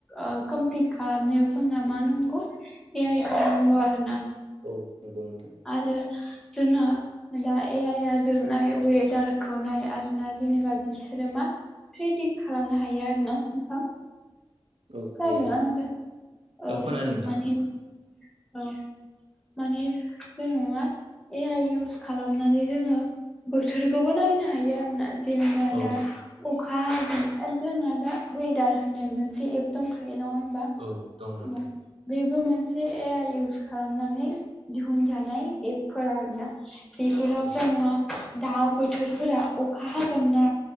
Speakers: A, in the centre; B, on the right.
A: ओ कमपिट खालामनायाव जोंना मा नांगौ ए आइखौ नांगौ आरो ना।
B: औ नंगौ नोंथां।
A: आरो जोंना दा ए आइया जोबनाय वेदारखौ नाय आरोना जेनेबा बिसोरो मा फ्रेदिख्त खालामनो हायो आरो ना नोंथां।
B: औ
A: खोनादोंना
B: हायो
A: नोंथां? औ
B: खोनादों नोंथां
A: माने औ मनि जों मा ए आइ इउस खालामनानै जोङो बोथोरखौबो नायनो हायो आरोना जेनेबा
B: औ
A: दा अखा हागोन जोंना दा वेदार होननाय मोनसे एप दंखायो नङा होमबा?
B: औ दङ' नोंथां।
A: औ बेबो मोनसे ए आइ इउस खालामनानै दिहुनजानाय एपफोर आरोना। बेफोराव
B: औ
A: जों मा दा बोथोरफोरा अखा हागोन ना